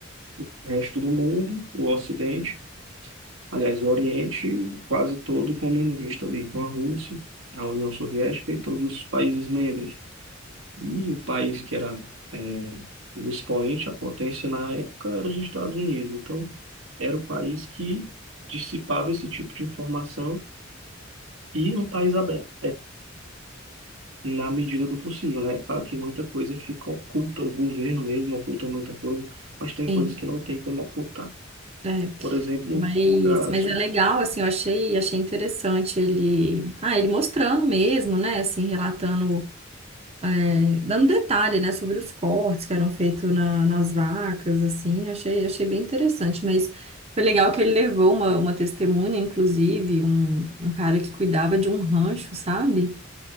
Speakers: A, on the right (about 85°); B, on the right (about 30°).
A: o resto do mundo, o Ocidente, aliás, o Oriente, quase todo comunista ali, com a Rússia, a União Soviética e todos os países membros. E o país que era é, o expoente, a potência na época, era os Estados Unidos. Então, era o país que dissipava esse tipo de informação e um país aberto, na medida do possível, né? É Claro que muita coisa fica oculta, o governo mesmo oculta muita coisa, mas tem
B: sim,
A: coisas que não tem como ocultar.
B: é.
A: Por exemplo,
B: Mas,
A: casos.
B: mas é legal, assim, eu achei, achei interessante ele, ah, ele mostrando mesmo, né, assim, relatando é, dando detalhe, né, sobre os cortes que eram feitos na- nas vacas, assim, achei, achei bem interessante, mas foi legal que ele levou uma, uma testemunha, inclusive, um, um cara que cuidava de um rancho, sabe?